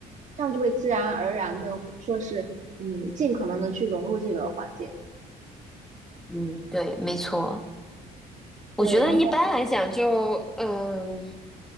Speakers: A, on the right; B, in the centre.
A: 这样就会自然而然的说是嗯尽可能的去融入这个环境。
B: 嗯，对，没错。
A: 对，
B: 我觉得一般来讲就，
A: 然后。
B: 嗯